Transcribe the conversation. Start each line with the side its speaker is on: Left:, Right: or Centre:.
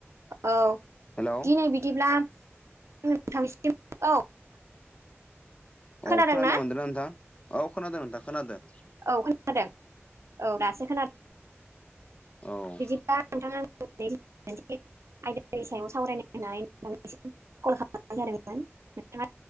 Right: औ
Left: हेलौ
Right: दिनै बिदिब्ला नोंथांसिम औ
Left: औ
Right: खोनादोंना
Left: खोनानो मोनदोंना नोंथां औ खोनादों नोंथां खोनादों
Right: औ खोनादों औ दासो खोनादों
Left: औ
Right: <unintelligible> आयदानि सायाव सावरायनो होननानै नोंथांनिसिम कल खालाम नाय जादोंमोन। नोंथाङा